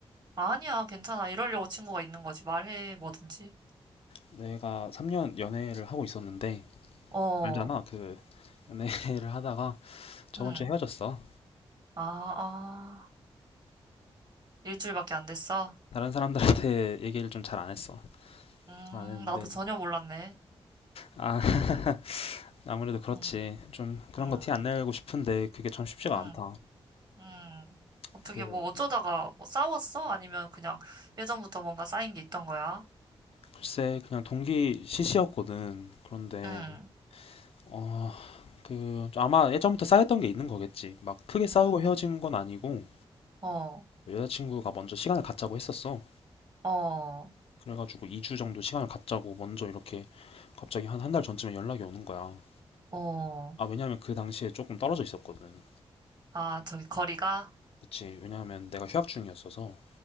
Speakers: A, on the right; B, on the left.
A: 아니야. 괜찮아. 이러려고 친구가 있는 거지. 말해, 뭐든지.
B: 내가 3년 연애를 하고 있었는데,
A: 어,
B: 알잖아. 그, 연애를 <laughs> 하다가 저번
A: 음.
B: 주에 헤어졌어.
A: 아, 아. 일주일밖에 안 됐어?
B: 다른 사람들한테 얘기를 좀 잘 안 했어.
A: 음,
B: 잘 안 했는데,
A: 나도 전혀 몰랐네.
B: 아, <laughs> 아무래도 그렇지.
A: 음,
B: 좀 그런
A: 음,
B: 거 티 안 내고 싶은데, 그게 참 쉽지가
A: 음,
B: 않다.
A: 음. 어떻게
B: 그
A: 뭐 어쩌다가 뭐 싸웠어? 아니면 그냥 예전부터 뭔가 쌓인 게 있던 거야?
B: 글쎄 그냥 동기 시시였거든. 그런데
A: 음,
B: 어, 그 아마 예전부터 쌓였던 게 있는 거겠지. 막 크게 싸우고
A: 음,
B: 헤어진 건 아니고
A: 어,
B: 여자친구가 먼저 시간을 갖자고 했었어.
A: 어,
B: 그래가지고 2주 정도 시간을 갖자고 먼저 이렇게 갑자기 한 한 달 전쯤에 연락이 오는 거야.
A: 어.
B: 아 왜냐면 그 당시에 조금 떨어져 있었거든.
A: 아, 저기 거리가?
B: 그치 왜냐면 내가 휴학 중이었어서